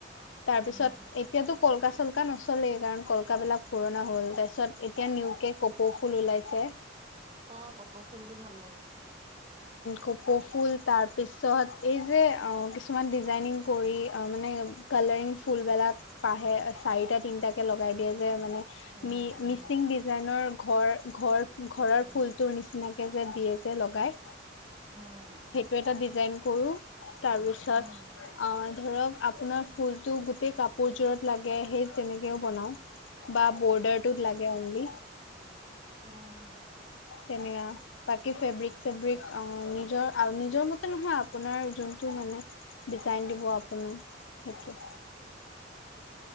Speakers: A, on the left; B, on the right.
A: তাৰপিছত,
B: উম উম
A: এতিয়াটো কলকাছল কা নচলেই, কাৰণ কলকাবিলাক পুৰণা হ'ল, তাৰপিছত এতিয়া নিওকে কপৌ ফুল ওলাইছে।
B: অ ক'পৌ ফুলটো ভাল লাগে।
A: ক'পৌফুল তাৰপিছত এইযে অ কিছুমান ডিজাইনিঙ কৰি অ মানে লাইঙ ফুল বেলাক পাহে চাৰিটা তিনিটাকে লগাই দিয়ে যে মানে,
B: উম
A: মি
B: উম উম
A: মিচিং দিজাই ডিজাইনৰ ঘৰ ঘৰ ঘৰৰ
B: উম
A: ফুলটোৰ নিচিনাকে যে দিয়ে যে লগাই।
B: উম
A: সেইটো এটা ডিজাইন কৰো। তাৰপিছত
B: উম
A: অ ধৰক, আপোনাৰ ফুলটো গোটেই কাপোৰযোৰত লাগে সেই তেনেকেও বনাও। বা ব'ৰ্ডাৰটোত লাগে অ'নলি।
B: অ অ
A: তেনেঅ বাকী ফেব্ৰিক চেব্ৰিক অ নিজৰ আউ নিজৰ মতে নহয় আপোনাৰ যোন টো মানে, ডিজাইন দিব আপোনাৰ সেইটোৱে।